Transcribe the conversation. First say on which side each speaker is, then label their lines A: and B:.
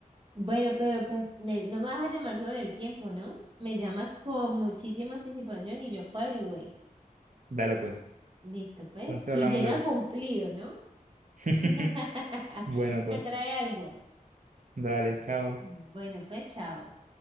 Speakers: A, on the right; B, on the right.
A: bueno, pero pues, me- no me vas a llamar sobre el tiempo, ¿no? Me llamas con muchísima anticipación y yo cuadro y voy.
B: Dale pues,
A: Listo, pues.
B: entonces
A: Y
B: hablamos
A: llega
B: luego.
A: cumplido, ¿no?
B: <laughs>
A: <laughs>
B: Bueno,
A: Me
B: pues,
A: trae algo.
B: dale, chao.
A: Bueno, pues, chao.